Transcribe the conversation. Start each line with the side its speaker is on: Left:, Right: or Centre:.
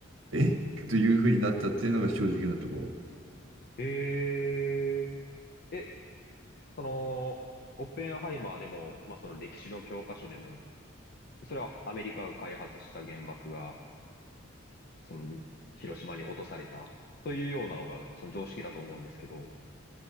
Right: えというふうになったっていうのが正直なところ。
Left: えー、え、その、オッペンハイマーでも、まあ、その歴史の教科書でも、それはアメリカが開発した原爆が、その、広島に落とされた、というようなのが、その常識だと思うんですけど、